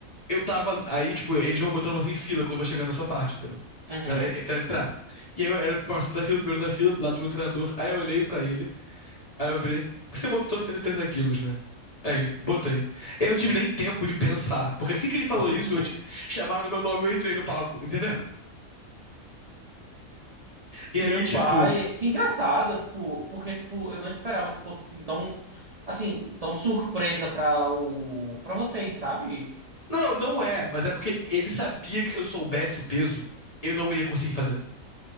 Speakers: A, on the left (about 50°); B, on the right (about 75°).
A: eu tava. Aí, tipo, eles vão botando você em fila quando vai chegando na sua parte, entendeu?
B: Uhum.
A: Pra, eh, pra entrar. E aí eu era o próximo da fila, o primeiro da fila, lá do meu treinador. Aí eu olhei pra ele, aí eu falei, você botou 180 quilos, né? Aí ele, botei. Eu não tive nem tempo de pensar, porque assim que ele falou
B: <laughs>
A: isso, eu te... chamaram meu nome e eu entrei no palco, entendeu? E
B: Meu
A: aí, tipo,
B: pai, que engraçado, tipo, porque tipo, eu não esperava que fosse assim, tão assim, tão surpresa para o para vocês, sabe?
A: não, não é, mas é porque ele sabia que se eu soubesse o peso, eu não iria conseguir fazer.